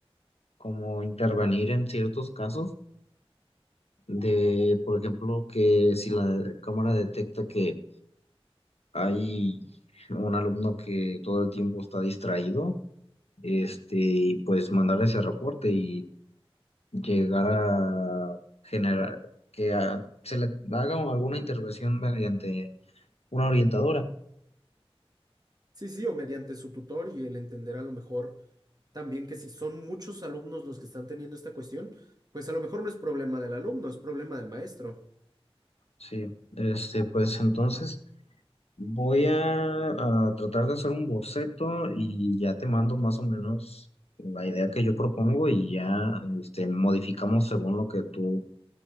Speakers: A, on the left (about 85°); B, on the right (about 40°).
A: como intervenir en ciertos casos de, por ejemplo, que si la cámara detecta que hay un alumno que todo el tiempo está distraído, este, y pues mandar ese reporte y llegar a generar que a- se le haga alguna intervención mediante una orientadora.
B: Sí, sí, o mediante su tutor y el entender a lo mejor también que si son muchos alumnos los que están teniendo esta cuestión, pues a lo mejor no es problema del alumno, es problema del maestro.
A: Sí, este, pues entonces. Voy a, a tratar de hacer un boceto y ya te mando más o menos la idea que yo propongo y ya este, modificamos según lo que tú